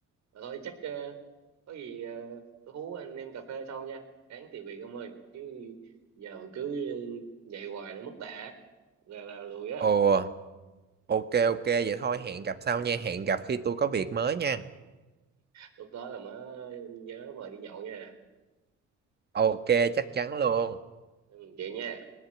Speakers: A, on the right; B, on the right.
A: mà thôi chắc ờ, có gì ờ, tôi hú anh em cà phê sau nha ráng tìm việc ông ơi chứ giờ mà cứ dạy hoài nó mất đà là là lùi á
B: ồ ok ok vậy thôi hẹn gặp sau nha hẹn gặp khi tôi có việc mới nha
A: lúc đó là mới nhớ mời đi nhậu nha
B: ok chắc chắn luôn
A: ừ, vậy nha